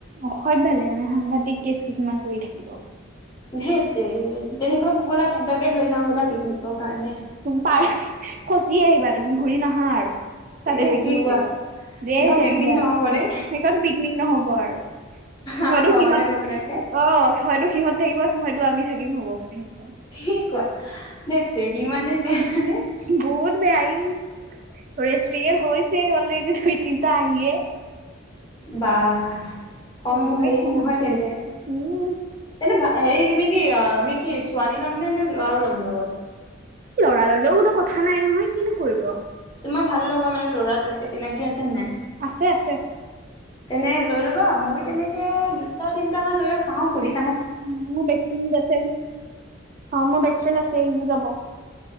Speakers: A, on the right; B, on the left.
A: অসভ্যালি ভালেই মানে সাংঘাতিক কেছ কিছুমান কৰি থাকিব
B: ধেত তেনেকুৱা বোলা সিহতকে লৈ যাম বোলা পিকনিকৰ কাৰণে
A: পাৰ ফচি আহিবা তুমি ঘূৰি নাহাই আৰু তাতে
B: এ
A: থাকিব
B: কি কোৱা
A: লাগিব ধেই
B: সেইখন
A: দেঞ্জাৰ
B: পিকনিক নহ'ব দেই
A: সেইখন পিকনিক নহব খোৱাৰ
B: আমাৰ
A: হয়টো
B: ঘৰৰ
A: সিহঁত
B: মানুহে গৈ পেলাই কে
A: অ হইটো সিহঁত থাকিব হয়ইতো আমি থাকিম হ'ব মানে সেইখন।
B: কি কোৱা। ধেৎ তেৰি নি মনে বেয়া নে
A: সহুৰ বেয়া ই ৰেষ্টিয়েল হৈছে অলৰেডি দুই তিনিটা আহিয়ে
B: বাঁহ। কম
A: বেলেগ
B: হেৰি
A: সাংঘাতিক
B: নহয় তেন্তে। তেন্ত
A: উম।
B: হেৰি তুমি কি আমি কি ছোৱালী ল'ম নে নে লৰাও ল'ম লগত?
A: লৰা ললেও কোনো কথা নাই নহয় কিনো কৰিব?
B: তোমাৰ ভ লগা মানে'ৰা তেনেকে চিনাকি আছে? নাই?
A: আছে আছে।
B: তেনে লৈ ল'বা মই তেনেকে দুটা তিনটা মান লৈ লওক চাওঁ সুধিছো।
A: <unintelligible> অ' মোৰ বেষ্টফ্ৰেড আছে সি যাব